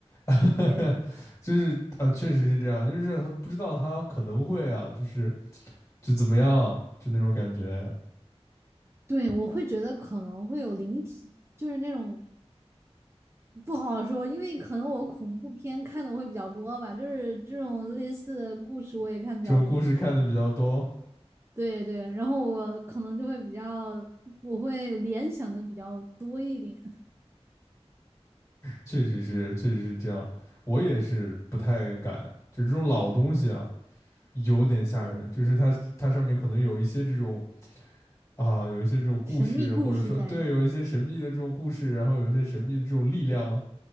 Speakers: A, on the left; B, on the right.
A: <laughs>
B: 对。
A: 就是啊，确实是这样，就是不知道他可能会啊，就是就怎么样，就那种感觉。
B: 对，我会觉得可能会有灵体，就是那种不好说，因为可能我恐怖片看的会比较多吧，就是这种类似的故事我也看的比较多。
A: 这种故事看的比较多，
B: 对对，然后我可能就会比较，我会联想的比较多一点。
A: 确实是，确实是这样。我也是不太敢，就这种老东西啊，有点吓人。
B: 对，
A: 就是它它上面可能有一些这种啊，有一些这种故事，
B: 神秘故事在。
A: 或者说对，有一些神秘的这种故事，然后有一些神秘的这种力量。